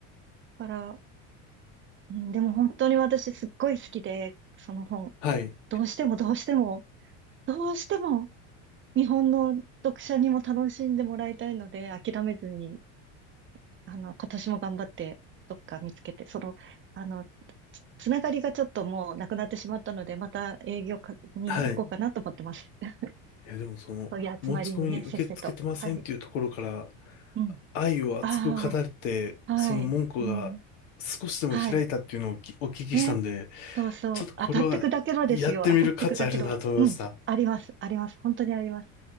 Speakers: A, on the right; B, on the left.
A: から、うん、でも本当に私すっごい好きで、その本。
B: はい、
A: どうしてもどうしても、どうしても日本の読者にも楽しんでもらいたいので、諦めずに、あの、今年も頑張ってどっか見つけて、その、あの、つ、つながりがちょっともうなくなってしまったので、また営業かに行こうかなと思ってます。
B: はい。
A: <laughs>
B: いや、でもその、
A: そういう集まりにね、
B: 持ち込み受け付けてませんっていうところから、
A: せっせと。はい。うん。
B: 愛を熱く語って、
A: ああ、はい。
B: その門戸が少しでも開いたっていうのをお聞お聞きしたんで、
A: うん。はい。ね。そうそう。
B: ちょっとこれはやってみる価値あるなと思いました。
A: 当たって砕けろですよ。当たって砕けろ。うん。あります。あります。本当にあります。